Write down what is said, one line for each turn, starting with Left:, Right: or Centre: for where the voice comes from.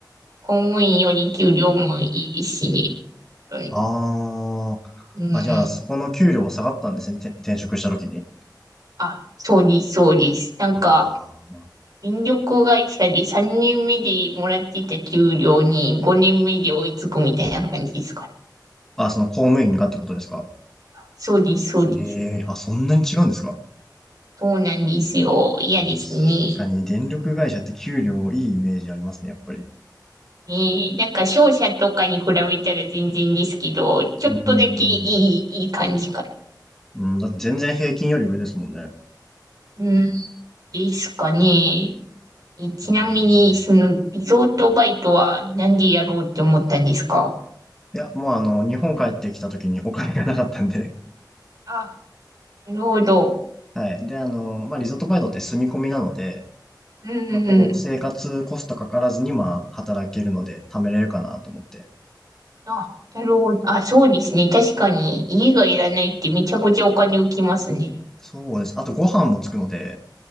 Right: 公務員より給料もいいしね。本当に
Centre: あーあ、
Right: うん。
Centre: じゃあそこの給料は下がったんですね。て転職した時に。
Right: あ、そうです、そうです。なんか、
Centre: あー
Right: 電力会社で3年目でもらってた給料に5年目で追いつくみたいな感じですかね。
Centre: あ、その公務員がってことですか。
Right: そうです、そうです。
Centre: ええー、あ、そんなに違うんですか。
Right: そうなんですよ。嫌ですね。
Centre: 確かに電力会社って給料いいイメージありますね、やっぱり。
Right: ねえ、なんか商社とかに比べたら全然ですけど、ちょっとだけいい、
Centre: うん、
Right: いい感じかな。
Centre: うん、だって全然平均より上ですもんね。
Right: うん、ですかね。えちなみに、
Centre: うん
Right: その、リゾートバイトはなんでやろうって思ったんですか
Centre: いや、もうあの、日本帰ってきた時にお金がなかったんで。
Right: あ、なるほど。
Centre: <laughs> はい。で、あの、まあ、リゾートバイトって住み込みなので、
Right: うんうん
Centre: まあ、こう、生活コストかからずに、まあ、働けるので、貯めれるかなと思って。
Right: あ、なるほど。あ、そうですね。確かに、家がいらないってめちゃくちゃお金浮きますね。
Centre: そうです。あと、ご飯もつくので、